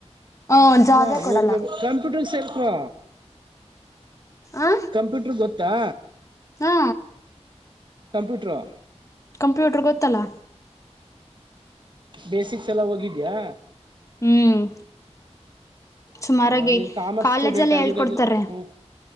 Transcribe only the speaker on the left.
ಹ
ಜಾಬೇ
ಕೊಡಲ್ಲ
ಆ
ಹಾ.
ಕಂಪ್ಯೂಟರ್ ಗೊತ್ತಲ್ಲ.
ಹ್ಮ್. ಸುಮಾರಾಗಿ
ಕಾಲೇಜಲ್ಲೇ
ಹೇಳ್ಕೊಡ್ತಾರೆ